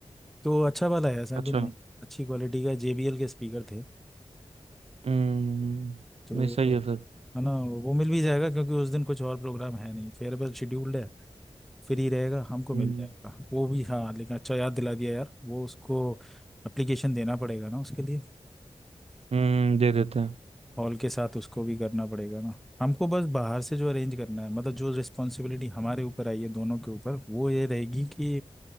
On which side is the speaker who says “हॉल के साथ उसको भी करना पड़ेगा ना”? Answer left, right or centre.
Centre